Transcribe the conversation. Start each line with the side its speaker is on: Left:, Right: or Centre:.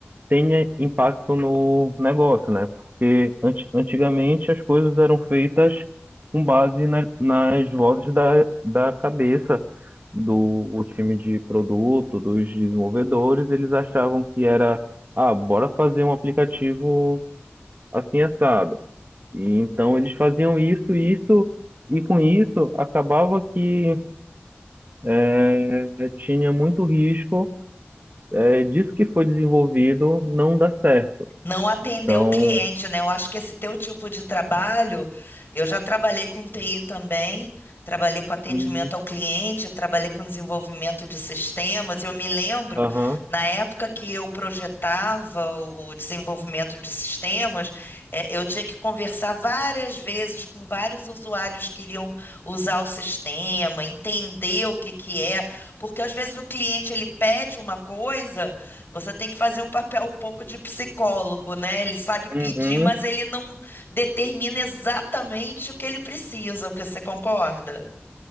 Right: tenha impacto no negócio, né? Porque anti- antigamente as coisas eram feitas com base na- nas vozes da, da cabeça do o time de produto, dos desenvolvedores, eles achavam que era, ah, bora fazer um aplicativo assim assado. E então eles faziam isso, isso, e com isso acabava que eh, tinha muito risco eh, disso que foi desenvolvido não dar certo.
Left: não atender
Right: Então,
Left: o cliente, né? Eu acho que esse teu tipo de trabalho, eu já trabalhei com TI também, trabalhei com atendimento
Right: Uhum.
Left: ao cliente, trabalhei com desenvolvimento de sistemas. Eu me lembro,
Right: Aham.
Left: na época que eu projetava o o desenvolvimento de sistemas, eh, eu tinha que conversar várias vezes com vários usuários que iriam usar o sistema, entender o que que é, porque às vezes o cliente ele pede uma coisa você tem que fazer um papel um pouco de psicólogo, né? Ele sabe pedir,
Right: Uhum.
Left: mas ele não determina exatamente o que ele precisa, o que você concorda?